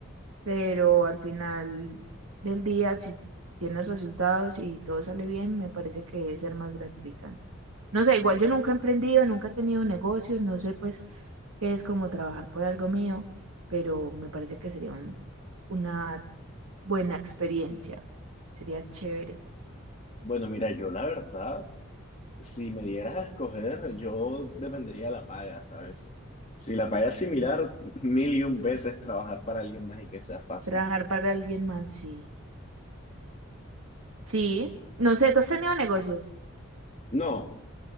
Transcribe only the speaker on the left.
Bueno, mira, yo la verdad, si me dieras a escoger, yo dependería de la paga, ¿sabes? Si la paga es similar, mil y un veces trabajar para alguien más y que sea fácil.
No,